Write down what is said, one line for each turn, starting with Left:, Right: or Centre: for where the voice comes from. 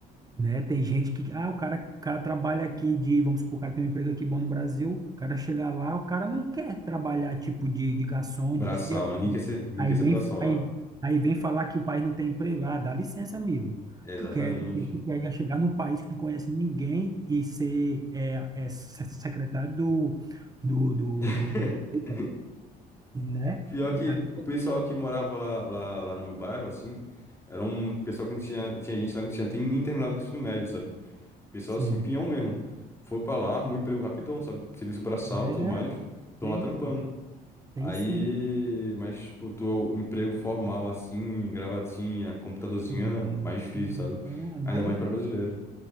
Right: né, tem gente que. Ah, o cara, o cara trabalha aqui de. Vamos supor, o cara tem um emprego aqui bom no Brasil. O cara chega lá, o cara não quer trabalhar tipo de, de garçom,
Left: Braçal.
Right: disso, de aquilo.
Left: Ninguém quer ser, ninguém
Right: Aí
Left: quer ser
Right: vem,
Left: braçal lá.
Right: aí, aí vem falar que o país não tem emprego. Ah, dá licença, amigo.
Left: Exatamente.
Right: Tu quer, tu quer, tu quer chegar num país que tu não conhece ninguém e ser é, é, se- secretário do, do, do,
Left: <laughs>
Right: do do prefeito? Né?
Left: Pior
Right: E
Left: que
Right: aí,
Left: o pessoal que morava lá, lá, lá no meu bairro, assim, era um pessoal que não tinha, tinha gente lá que não tinha tem nem terminado o ensino médio, sabe? Pessoal
Right: sim.
Left: assim, pinhão mesmo. Foi pra lá, arrumou emprego rapidão, sabe? Serviço braçal
Right: É,
Left: e tudo mais. Estão
Right: tem,
Left: lá trampando.
Right: pô. Tem
Left: Aí,
Right: sim.
Left: mas, tipo, tu, emprego formal, assim, gravatinha, computadorzinho,
Right: né?
Left: é mais difícil,
Right: Então,
Left: sabe?
Right: é mais
Left: Ainda mais
Right: difícil.
Left: para brasileiro.